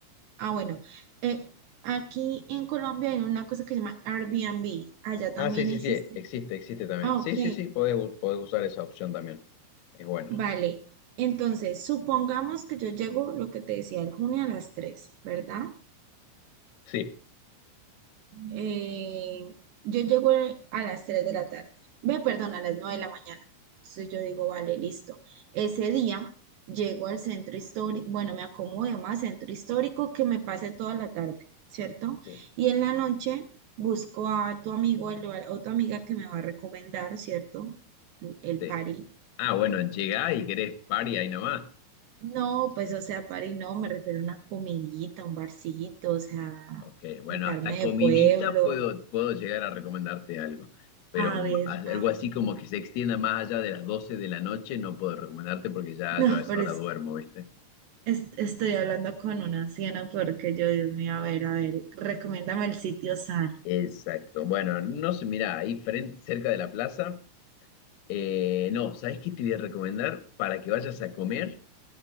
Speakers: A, on the right; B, on the left.
A: Ah, bueno. eh, aquí en Colombia hay una cosa que se llama Airbnb. Allá también
B: Ah, sí, sí,
A: existe.
B: sí, existe, existe también.
A: Ah,
B: Sí,
A: ok.
B: sí, sí, podés, u- podés usar esa opción también. Es buena.
A: Vale, entonces supongamos que yo llego, lo que te decía, el junio a las 3, ¿verdad?
B: Sí.
A: Eh, yo llego a las 3 de la tarde, ve, perdón, a las 9 de la mañana. Entonces yo digo, vale, listo. Ese día llego al centro histórico, bueno, me acomodo más centro histórico que me pase toda la tarde, ¿cierto?
B: Sí.
A: Y en la noche busco a tu amigo el- o a tu amiga que me va a recomendar, ¿cierto? El, el
B: Sí.
A: party
B: Ah, bueno, llegá y querés party ahí nomás.
A: No, pues, o sea, party no, me refiero a una comidita, un barcito, o sea,
B: Ok, bueno,
A: untarme
B: hasta comidita
A: de pueblo.
B: puedo, puedo llegar a recomendarte algo, pero
A: A
B: mm,
A: ver,
B: a-
A: a
B: algo
A: ver.
B: así como que se extienda más allá de las 12 de la noche no puedo recomendarte porque ya
A: No,
B: yo a esa
A: pero
B: hora
A: es-
B: duermo, ¿viste?
A: es- estoy hablando con una anciana porque yo, Dios mío, a ver, a ver, recomiéndame el sitio sano.
B: Exacto. Bueno, no sé, mirá, ahí frente, cerca de la plaza. eh, no, ¿sabes qué te voy a recomendar para que vayas a comer?